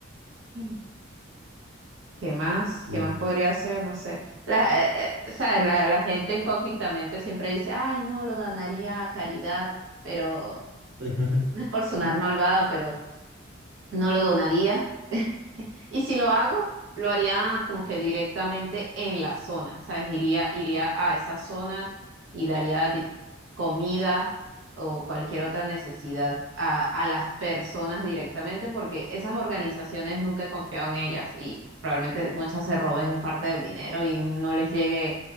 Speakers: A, on the right; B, on the right.
A: <laughs> ¿Qué más?
B: Mm.
A: ¿Qué más podría hacer? No sé. La, eh, eh, ¿sabes? La, la gente hipócritamente siempre dice, ay, no, lo donaría a caridad, pero
B: <laughs>
A: no es por sonar
B: Mm.
A: malvado, pero no lo donaría. Y si lo hago, lo haría como que directamente en la zona, ¿sabes? Iría, iría a esa zona y daría di- comida o cualquier otra necesidad a, a las personas directamente, porque esas organizaciones nunca he confiado en ellas y probablemente muchas se roben parte del dinero y no les llegue